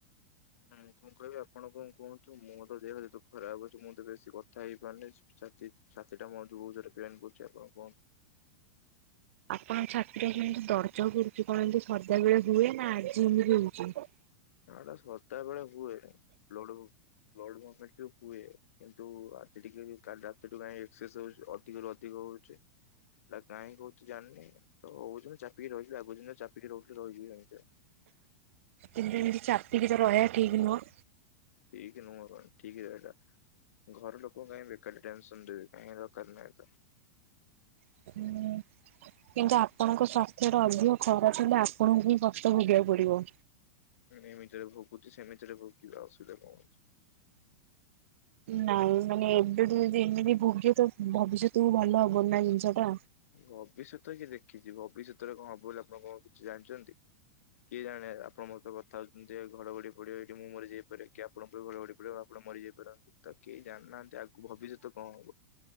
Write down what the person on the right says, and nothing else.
ଆପଣଙ୍କ ଛାତିର କେନ୍ତି ଦର୍ଜ କରୁଚି କଣ ଏମତି ସଦା ବେଳେ ହୁଏ ନା ଆଜି ଏମତି ହଉଚି?
କିନ୍ତୁ ଏମିତି ତ ଚାପିକି ତ ରହିବା ଠିକ୍ ନୁହଁ।
<unintelligible> କିନ୍ତୁ ଆପଣଙ୍କ ସ୍ଵାସ୍ଥ୍ୟ ଟା ଅଧିକ ଖରାପ ହେଲେ ଆପଣଙ୍କୁ ହିଁ କଷ୍ଟ ଭୋଗିବାକୁ ପଡିବ।
ନାଇଁ ମାନେ ଏବେଠୁ ଯଦି ଏମିତି ଭୋଗିବେ ତ ଭବିଷ୍ୟତକୁ ଭଲ ହବନି ନା ଜିନିଷ ଟା।